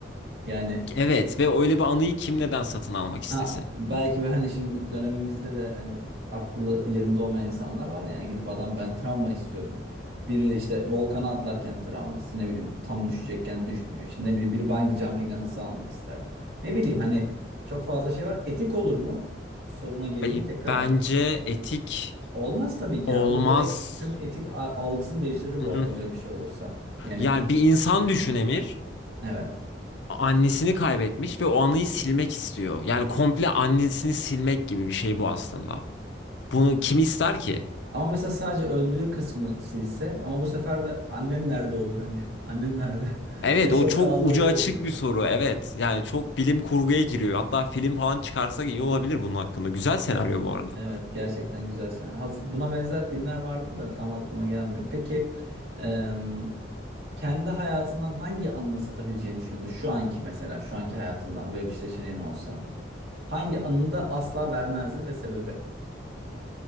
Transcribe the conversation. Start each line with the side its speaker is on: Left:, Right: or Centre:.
Right: Yani
Left: Evet ve öyle bir anıyı kim neden satın almak istesin?
Right: Ha, belki böyle hani şimdi dönemimizde de hani aklı yerinde olmayan insanlar var yani gidip adam ben travma istiyorum. Biri işte volkana atlarken travması ne bileyim tam düşecekken düşmüyor. İşte ne bileyim biri bungee jumping anısı almak ister. Ne bileyim hani çok fazla şey var. Etik olur mu? Soruna geleyim
Left: Be-
Right: tekrar.
Left: Bence etik
Right: Olmaz tabii ki
Left: olmaz.
Right: yani bu direkt tüm etik a- algısını değiştirir
Left: Mm-mm.
Right: bu arada böyle bir şey olursa. Yani
Left: Yani bir insan düşün Emir.
Right: evet.
Left: annesini kaybetmiş ve o anıyı silmek istiyor. Yani komple annesini silmek gibi bir şey bu aslında. Bunu kim ister ki?
Right: Ama mesela sadece öldüğü kısmı silse ama bu sefer de annem nerede olur hani? <laughs> Annem nerede? <laughs>
Left: Evet,
Right: En son
Left: o çok
Right: kaldığı
Left: ucu
Right: yere
Left: açık
Right: gidiyor.
Left: bir soru. Evet, yani çok
Right: Evet,
Left: bilim kurguya giriyor. Hatta film falan çıkarsak iyi olabilir bunun hakkında. Güzel senaryo bu arada.
Right: Evet, gerçekten güzel sahne. Has- Buna benzer filmler vardı da tam aklıma gelmiyor. Peki em, kendi hayatından hangi anını satabileceğini düşündü? Şu anki mesela, şu anki hayatından böyle bir seçeneğin olsa. Hangi anını da asla vermezdin ve sebebi?